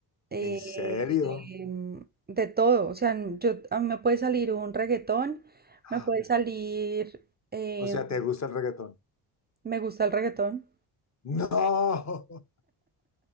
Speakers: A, on the right (about 20°); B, on the left (about 35°).
A: eh,
B: ¿En serio?
A: em, de todo, o sea, yo, a mí me puede salir un reggaetón,
B: <gasps>
A: me
B: Ah,
A: puede salir... em,
B: O sea, ¿te gusta el reggaetón?
A: Me gusta el reggaetón.
B: No.